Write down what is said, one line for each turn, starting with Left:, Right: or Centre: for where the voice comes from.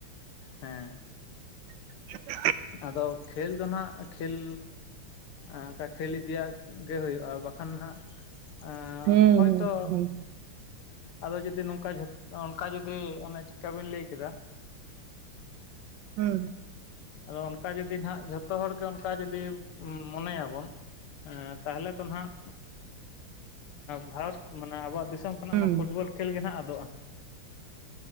Left: ᱦᱮᱸ
Right: <unintelligible>
Left: ᱟᱫᱚ ᱠᱷᱮᱞ ᱫᱚ ᱦᱟᱜ ᱠᱷᱮᱞ ᱚᱱᱠᱟ ᱠᱷᱮᱞ ᱤᱫᱤᱭᱤᱭᱟ ᱜᱮ ᱦᱩᱭᱩᱜᱼᱟ ᱵᱟᱠᱷᱟᱱ ᱦᱟᱸᱜ, ᱟ
Right: ᱦᱩᱸ
Left: ᱦᱚᱭᱛᱚ
Right: ᱦᱩᱸ
Left: ᱟᱫᱚ ᱡᱩᱫᱤ ᱱᱚᱝᱠᱟ ᱚᱱᱠᱟ ᱡᱩᱫᱤ ᱚᱱᱮ ᱪᱮᱫᱠᱟ ᱵᱮᱤᱱ ᱞᱮᱭ ᱠᱮᱫᱟ
Right: ᱦᱩᱸ
Left: ᱟᱫᱚ ᱚᱱᱠᱟ ᱡᱩᱫᱤ ᱱᱟᱜ ᱡᱷᱚᱛᱚ ᱦᱚᱲᱜᱮ ᱚᱱᱠᱟ ᱡᱩᱫᱤ ᱢᱚᱱᱮᱭᱟᱵᱚᱱ᱾ ᱮ ᱛᱟᱦᱟᱞᱮ ᱛᱚ ᱦᱟᱸᱜ ᱵᱷᱟᱨᱚᱛ ᱢᱟᱱᱮ ᱟᱵᱚᱣᱟᱜ ᱫᱤᱥᱚᱢ, ᱠᱷᱚᱱᱟᱜ
Right: ᱦᱩᱸ ᱦᱩᱸ
Left: ᱢᱟ ᱯᱷᱩᱴᱵᱚᱞ ᱠᱷᱮᱞ ᱜᱮ ᱱᱟᱦᱟᱜ ᱟᱫᱚᱜᱼᱟ ᱦᱟᱸᱜ᱾